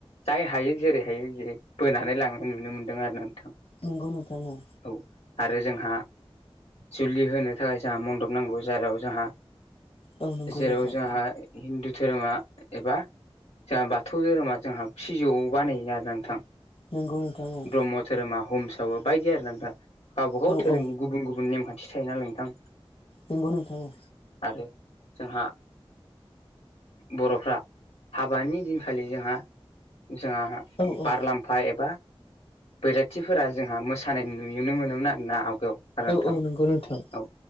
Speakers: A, on the left; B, on the left.
A: जाय हायो जेरै हायो जे बोनानै लांनाय नुनो मोनदों आरो नोंथां।
B: नंगौ नोंथां औ
A: औ आरो जोंहा जुलि होनो थाखाय जोंहा मन्दप नांगौ जेराव जोंहा
B: औ नंगौ
A: जेराव
B: नोंथां
A: जोंहा हिन्दु धोरोमा एबा जोंहा बाथौ धोरोमा जोंहा फिजौ बानाय जादों नोंथां
B: नोंगौ नोंथां औ
A: ब्रह्म धोरोमा हमसावो बायदि आरो नोंथां गावबाागाव
B: औ
A: धोरोमनि
B: औ
A: गुबुन गुबुन नेमखान्थि थायोना नोंथां।
B: नंगौ नोंथां औ
A: आरो जोंहा बर'फ्रा हाबानि दिनखालि जोंहा जोंहा
B: औ औ
A: बार लामफा एबा बैराथिफोरा जोंहा मोसानाय नुनो मोनोमोन आरोना आवगायाव आरो नोंथां
B: औ औ नंगौ नोंथां
A: औ